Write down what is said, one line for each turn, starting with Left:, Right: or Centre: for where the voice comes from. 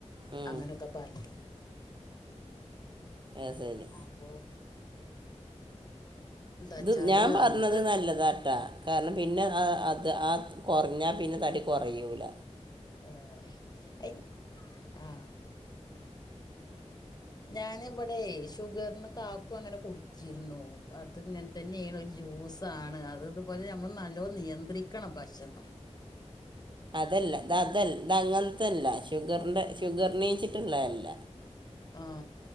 Right: ഉം,
Left: അങ്ങനൊക്ക പർണീന്നു
Right: ഏഹ് സെരി
Left: അപ്പോ വച്ചാല്
Right: ത് ഞാൻ പർണത്
Left: അമ്മക്ക്
Right: നല്ലതാട്ടാ കാരണം പിന്നെ ആ അ ത് ആ ത് കുർഞ്ഞാ പിന്നെ തടി കൊറയൂല
Left: ആ <unintelligible> ആ ഞാന് വടെയ് ഷുഗർന് കാക്കു അങ്ങനെ കുടിച്ചിരുന്നു അത് ങ്ങൻ തന്നെണ് ഒരു ജ്യൂസാണ് അത് ഇതുപോലെ നമ്മള് നല്ലോം നിയന്ത്രിക്കണം ഭക്ഷണം
Right: അതല്ല ത തൽ ത അങ്ങൻത്തല്ല ഷുഗർൻ്റെ ഷുഗർ നീച്ചിട്ട്ള്ള അല്ല
Left: ആ